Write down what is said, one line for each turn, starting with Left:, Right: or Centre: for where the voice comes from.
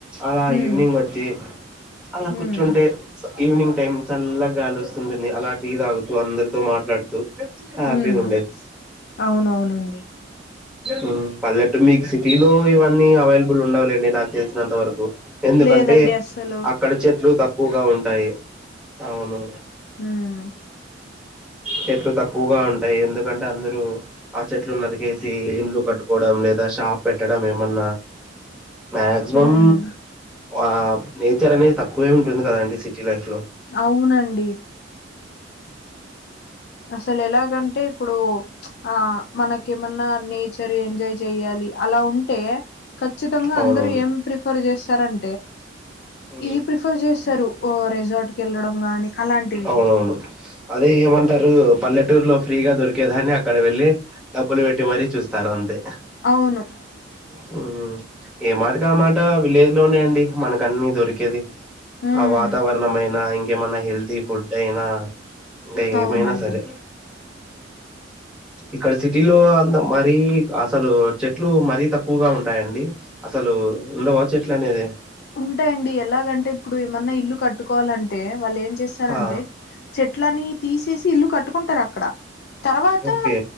Centre: అలా
Left: మ్మ్
Centre: ఈవినింగ్ వచ్చి అలా కూర్చుంటే
Left: మ్మ్
Centre: స ఈవినింగ్ టైమ్ చల్ల గాలి వస్తుంటుంది అలా టీ తాగుతూ అందరితో మాట్లాడుతూ హ్యాపీగా
Left: మ్మ్
Centre: ఉండేది
Left: అవునవునండి
Centre: మ్మ్ పల్లెట్టు మీకు సిటీలో ఇవన్నీ అవైలబుల్ ఉండవులేండి నాకు తెలిసినంత వరకు ఎందుకంటే
Left: లేదండి అస్సలు
Centre: అక్కడ చెట్లు తక్కువగా ఉంటాయి అవును
Left: హుమ్
Centre: చెట్లు తక్కువగా ఉంటాయి ఎందుకంటే అందరూ ఆ చెట్లు నరికే సి ఇండ్లు కట్టుకోవడం లేదా షాప్ పెట్టడం ఏమన్నా మ్యాగ్జిమం
Left: మ్మ్
Centre: ఆ నేర్ చెరణనే తా కోవ ఉంటు ఉంది కదా అండి సిటీ లైఫ్ లో
Left: అవునండి అసలు ఎలాగంటే ఇప్పుడు ఆ మనక ఏమన్నా నేచర్ ఎంజాయ్ చేయాలి అలా ఉంటే ఖచ్చితంగా
Centre: అవునవును
Left: అందరు ఏం ప్రిఫర్ చేస్తారన్
Centre: ఉమ్,
Left: ఇది ప్రిఫర్ చేస్తారు రిసార్ట్ కి వెళ్ళడం గానీ అలాంటివి
Centre: అవునవును అదే ఏమంటారు పల్లెటూరులో ఫ్రీగా దొరికేదాన్ని అక్కడ వెళ్ళి డబ్బులు పెట్టి మరీ చూస్తారు అంతే
Left: అవును
Centre: హు ఏ మాట కి ఆ మాట విలేజ్ లోనే అండి మనక అన్నీ దొరికేది
Left: ఉమ్
Centre: ఆ వాతావరణమయినా ఇన్ ఏమన్నా హెల్తీ ఫుడ్ అయినా ఏమైనా
Left: అవునండి
Centre: సరే ఇక్కడ సిటీ లో అంత మరీ అసలు చెట్లు మరీ తక్ క్కువగా ఉంటాయండి అసలు ఉండవా చెట్లు అనేది
Left: ఉంటాయంండి ఎలాగంటే ఇప్పుడు ఏమన్నా ఇల్లు కట్టుకోవాలంటే వాళ్ళు ఏం చేస్ స్తారంటే
Centre: ఆ
Left: చెట్లని తీసేసి ఇల్లు కట్ పట్టుకుంటారు అక్కడ తర్వాత
Centre: ఓకే